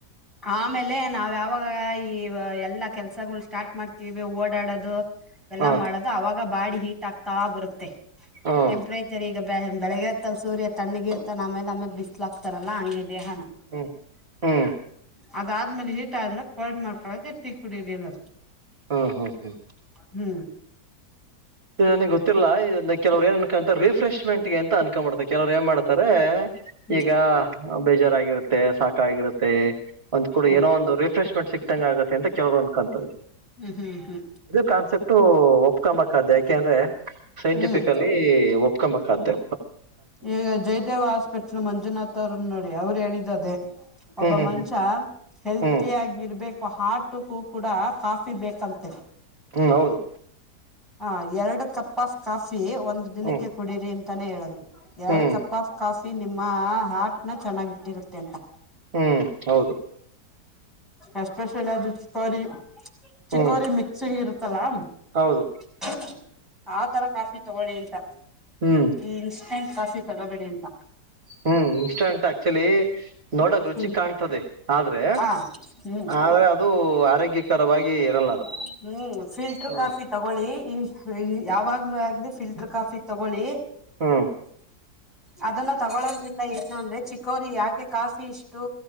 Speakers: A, in the centre; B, on the right (about 40°).
A: ಆಮೇಲೆ ನಾವ ಯಾವಾಗ ಈ ಎಲ್ಲಾ ಕೆಲ್ಸಗಳು ಸ್ಟಾರ್ಟ್ ಮಾಡ್ತೀವಿ ಓಡಾಡದು ಎಲ್ಲ
B: ಹ್ಮ್
A: ಮಾಡದು ಅವಾಗ ಬಾಡಿ ಹೀಟ್ ಆಗ್ತಾ ಬರುತ್ತೆ
B: ಹ್ಮ್
A: ಟೆಂಪ್ರೇಚರ್ ಈಗ ಬೆ ಬೆಳಗ್ಗೆ ಸೂರ್ಯ ತಣ್ಣಗ ಇರ್ತಾನ ಆಮೇಲೆ ಆಮೇಲೆ ಬಿಸ್ಲಾಕ್ತಾನಲ್ಲಾ ಹಂಗಗೆ ದೇಹಾನು
B: ಹ್ಮ್ ಹ್ಮ್
A: ಅದಾದ್ಮೇಲೆ ಹೀಟ್ ಆದ್ಮಾಗ ಕರ್ಡ್ ಮಾಡ್ಕೊಳಕೆಟ್ಟಿ ಕುಡಿಲಿಲ್ಲ
B: ಹಾ ಹ್ಮ ಹಾ
A: ಹ್ಮ್
B: ನನಗೆ ಗೊತ್ತಿಲ್ಲ ಕೆಲವರು ಏನ್ ಅನ್ಕೊಂತಾರೆ ರಿಫ್ರೆಶ್ಮೆಂಟ್ಗೆ ಅಂತ ಅನ್ಕೊಂಡ್ತಾರೆ ಕೆಲವರು ಏನ್ ಮಾಡ್ತಾರೆ
A: ಹ್ಮ್
B: ಈಗ ಬೇಜಾರಗಿರುತ್ತೆ ಸಾಕ ಆಗಿರುತ್ತೆ ಒಂದ ಕೂಡ
A: ಹ್ಮ್
B: ಏನೋ ಒಂದುರಿಫ್ರೆಶ್ಮೆಂ ಸಿಕ್ತಂಗ ಆಗೆ ಅಂತ ಕೆಲವರು ಅಂದಕತದ
A: ಹ್ಮ್ ಹ್ಮ್ ಹ್ಮ್
B: ಇದು ಕಾನ್ಸೆಪ್ಟು ಒಪ್ಕೊಂಬಾದ ಯಾಕೆಂದ್ರೆ ಸೈಂಟಿಫಿಕಲಿ
A: ಹ್ಮ್
B: ಒಪ್ಕೊಬೇಕಾದ್ದೆ
A: ಈಗ ಜಯದೇವ ಹಾಸ್ಪಿಟ್ಲ್ ಮಂಜುನಾಥ್ ಅವರು ನೋಡಿ ಅವ್ರು ಹೇಳಿದದೇ ಒಬ್ಬ
B: ಹ್ಮ್
A: ಮನುಷ್ಯ ಹೆಲ್ತಿಯಗ
B: ಹ್ಮ್
A: ಇರ್ಬೇಕು ಹಾರ್ಟ ತುಫು ಕೂಡ ಕಾಫಿ ಬೇಕಂತೆ
B: ಹ್ಮ್ ಹೌದು
A: ಹ ಎರಡು ಕಪ್ ಆಫ್ ಕಾಫಿ ಒಂದು ದಿನಕ್ಕೆ
B: ಹ್ಮ್
A: ಕುಡೀರಿ ಅಂತಾನೇ ಹೇಳದು ಎರಡ್
B: ಹ್ಮ್
A: ಕಪ್ ಆಫ್ ಕಾಫಿ ನಿಮ್ಮ ಹಾಟ್ ನ ಚೆನ್ನಾಗಿ ಇಟ್ಟಿರುತ್ತೆ ಅಂತ
B: ಹ್ಮ್ ಹೌದು
A: ಎಸ್ಪೆಷಲ್ ಅದು ಸಾರಿ ಚಿಕೋರಿ
B: ಹ್ಮ್
A: <unintelligible> ಶಿಂಗಿ ಇರುತ್ತಲ್ಲಾ
B: ಹೌದು
A: <unintelligible> ಆ ತರ ಕಾಫಿ ತಗೊಳ್ಳಿಂತ
B: ಹ್ಮ್
A: ಈ ಇನ್ಸ್ಟೆಂಟ್ ಕಾಫಿ ತಗೋಬೇ ಅಂತ
B: ಹ್ಮ್ ಇನ್ಸ್ಟಂಟ್ ಆ್ಯಕ್ಚುಯಲಿ ನೋಡಕ್ ರುಚಿ
A: ಹ್ಮ್
B: ಕಾಣ್ತದೆ ಆದ್ರೆ
A: ಹ ಹ್ಮ್
B: ಆದ್ರೆ ಅದು ಆರೋಗ್ಯಕರವಾಗಿ ಇರಲ್ಲ ಅದು
A: ಹ್ಮ್ ಫಿಲ್ಟರ್
B: ಹ್ಮ್
A: ಕಾಫಿ ತಗೊಳ್ಳಿ ಎನ್ <unintelligible> ಯಾವಾಗ್ಲುೂ ಆಗಿ ಫಿಲ್ಟರ್ ಕಾಫಿ ತಗೊಳ್ಳಿ
B: ಹ್ಮ್
A: ಅದನ್ನ ತಗೊೊಳ್ಳೋದ್ರಿಂದ ಏನು ಅಂದ್ರೆ ಚಿಕೋರಿ ಯಾಕೆ ಕಾಫಿ ಇಷ್ಟು